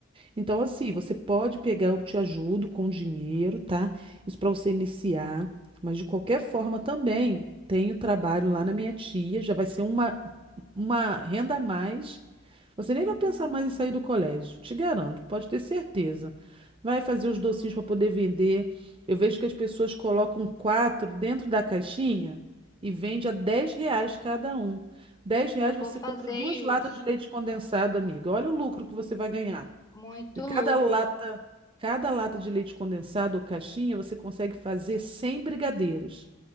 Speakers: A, on the right; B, on the left.
A: Então, assim, você pode pegar, eu te ajudo com dinheiro, tá? Isso para você iniciar. Mas de qualquer forma também tenho trabalho lá na minha tia, já vai ser uma, uma renda a mais. Você nem
B: Uhum.
A: vai pensar mais em sair do colégio, te garanto, pode ter certeza. Vai fazer os docinhos para poder vender. Eu vejo que as pessoas colocam quatro dentro da caixinha e vende a 10 reais cada um. 10 reais
B: Eu vou
A: você
B: fazer
A: compra duas
B: isso.
A: latas de leite condensado, amiga. Olha o lucro que você vai ganhar.
B: Muito
A: E cada
B: lucro,
A: lata, cada lata de leite condensado ou caixinha, você consegue fazer 100 brigadeiros.